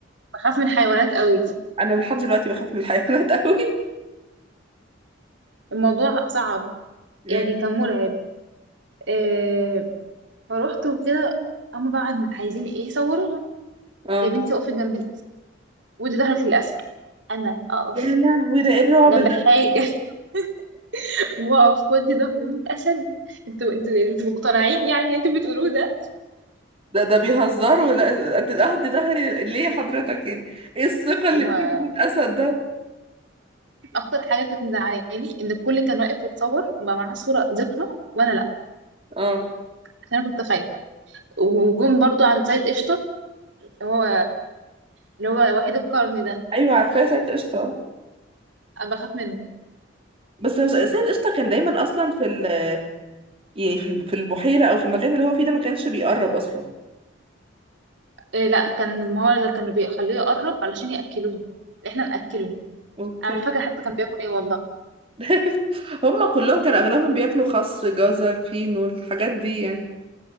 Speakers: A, on the right (about 65°); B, on the right (about 30°).
A: بخاف من الحيوانات أوي
B: انا لحد دلوقتي بخاف من الحيوانات <laughs> قوي
A: الموضوع صعب
B: امم
A: يعني كان مرعب آه، فروحت وكده هما بقى عايزين إيه يصورونا
B: اه
A: يا بنتي اقفي جنب الأسد ودي ظهرك للأسد أنا أقف
B: يا لهوي ده ايه الرعب
A: جنب
B: ده
A: حاجة <laughs> وأقف ودي ظهري للأسد انتوا انتوا انتوا مقتنعين يعني انتوا بتقولوه ده
B: ده ده بيهزروا لا قد اهدي ظهري ليه حضرتك يعني ايه الثقة اللي
A: هما
B: بيني وبين الاسد ده
A: أكتر حاجة كانت مزعلاني إن الكل كان واقف يتصور وما معاه صورة ذكرى وأنا لأ
B: اه
A: عشان أنا كنت خايفة وجم برضو عند سيد قشطة اللي هو اللي هو وحيد القرن ده
B: ايوه عارفاه سيد قشطة
A: أنا بخاف منه
B: بس هو سيد قشطة كان دايما اصلا في ال يعني في الب- في البحيرة او في المكان اللي هو فيه ده ما كانش بيقرب اصلا
A: إيه لأ كان ما هو اللي كانوا بيخليه يقرب علشان يأكلوه إحنا نأكله
B: اوكي
A: أنا مش فاكرة حتى كان بياكل إيه والله
B: <laughs> هم كلهم كان اغلبهم بياكلوا خس جزر فينو الحاجات دي يعني